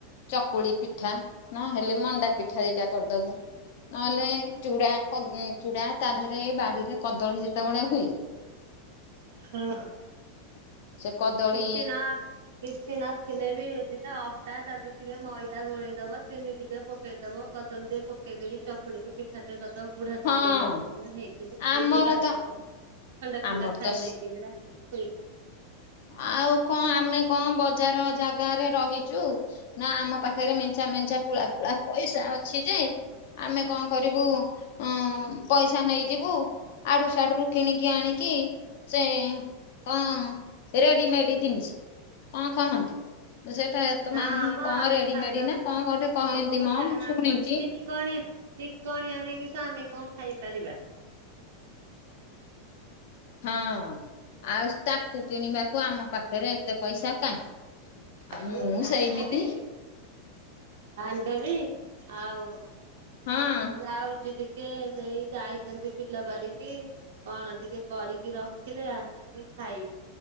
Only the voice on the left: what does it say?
ଚକୁଳି ପିଠା ନହେଲେ ମଣ୍ଡା ପିଠା ଦିଟା କରିଦବୁ। ନହେଲେ ଚୁ ଚୁଡ଼ା ତା ଦେହରେ ଏଇ ବାଡ଼ିରେ କଦଳୀ ଯେତେବେଳେ ହୁଏ
ସେ କଦଳୀ
ହଁ
ଆମର
ତ
ଆମର
ତ
ଆଉ କଣ ଆମେ କଣ ବଜାର ଜାଗାରେ ରହିଛୁ ନା ଆମ ପାଖରେ ମେଞ୍ଚା ମେଞ୍ଚା ପୁଳା ପୁଳା ପଇସା ଅଛି ଯେ ଆମେ କଣ କରିବୁ ଅ ପଇସା ନେଇଯିବୁ ଆଡୁ ସିଆଡ଼ୁ ରୁ କିଣ କିି ଆଣିକି ସେ କଣ ରେଡି଼ମେଡ଼ି ଜିନିଷ କଣ କହନ୍ତି ସେଇଟା ତ
ମା ମୁଁ
କଣ
ରେଡି଼ମେଡି଼
ନା କଣ ଗୋଟେ କହନ୍ତି
ମ
ମୁଁ ଶୁଣିଛି।
ହଁ ଆଉ ତାକୁ କିଣିବାକୁ ଆମ ପାଖରେ ଏତେ ପଇସା କାହିଁ?
ମୁଁ
ସେଇମିତି
ହଁ।